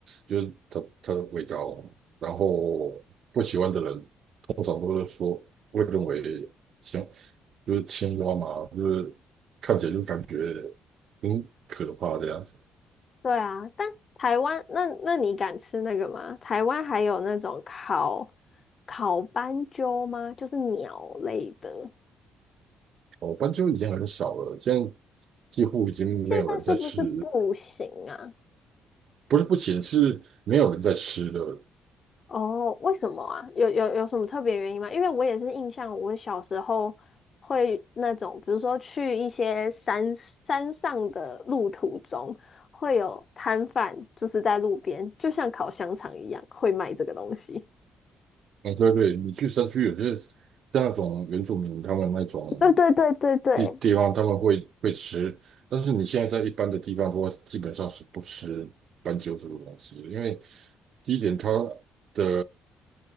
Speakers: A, on the right (about 65°); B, on the left (about 45°).
A: 就是它它的味道，然后不喜欢的人通常都是说会认为青就是青蛙嘛，就是看起来就感觉很可怕这样子。
B: 对啊，但台湾那那你敢吃那个吗？台湾还有那种烤烤斑鸠吗？就是鸟类的，
A: 哦，斑鸠已经很少了，现在几乎已经没有人在吃，
B: 现在是不是不行啊？
A: 不是不行，是没有人在吃了。
B: 哦，为什么啊？有有有什么特别原因吗？因为我也是印象，我小时候会那种，比如说去一些山山上的路途中，会有摊贩，就是在路边，就像烤香肠一样，会卖这个东西。
A: 嗯，对对，你去山区有些像那种原住民他们那种
B: <laughs> 对对对对对，
A: 地地方，他们会会吃，但是你现在在一般的地方的话，基本上是不吃斑鸠这个东西的，因为第一点它的